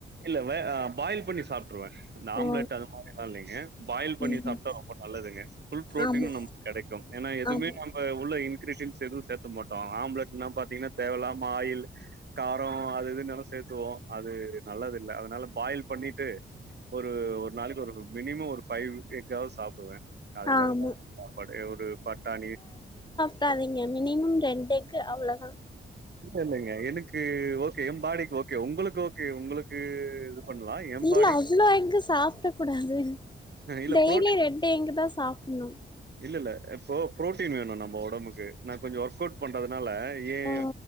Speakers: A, on the right (about 50°); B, on the left (about 20°).
A: இல்ல வே ஆ பாயில் பண்ணி சாப்ட்ருவேன் இந்த ஆம்லெட்
B: ஓ
A: அது மாதிரில்லாம் இல்லேங்க பாயில் பண்ணி
B: ம்
A: சாப்ட்டா ரொம்ப நல்லதுங்க புல் பு்ரோட்டீன்
B: ஆமா
A: நமக்கு கெடைக்கு ஏன்னா எதுமே
B: ஆமா
A: நம் இப்ப உள்ள இன்கிரீசின்ஸ் எதுவு சேர்த்த மாட்டோ ஆம்லெட்னா பாத்தீங்கன்னா தேவ இல்லாம ஆயில் காரோ அது இதுன்னு எல்லா சேத்துவோ அது நல்லது இல்ல அதனால பாயில் பண்ணீட்டு ஒரு ஒரு நாளைக்கு ஒரு மினிமம் ஒரு ஃபைவ் எக்காது சாப்புடுவே காலையில
B: ஆமா
A: அதுதா சாப்பாடு ஒரு பட்டாணி
B: பத்தாதிங்க மினிமம் ரெண்டு எஃக்கு அவ்வளதா
A: இல்ல இல்லங்க எனக்கு ஓகே எம் பாடிக்கு ஓகே உங்களுக்கு ஓகே உங்களுக்கு பண்ணலாம். என்
B: இல்ல
A: பாடிக்கு
B: அவ்ளோ எஃகு சாப்புட கூடாது
A: இல்ல
B: டெய்லி
A: புரோ
B: ரெண்டு எஃகுதா சாப்புணு
A: இல்ல இல்ல இப்போ பு்ரோட்டீன் வேணு நம்ம ஒடம்புக்கு நா கொஞ்சோ ஒர்க் அவுட் பண்றதுனால ஏ <inaudible>
B: ஓ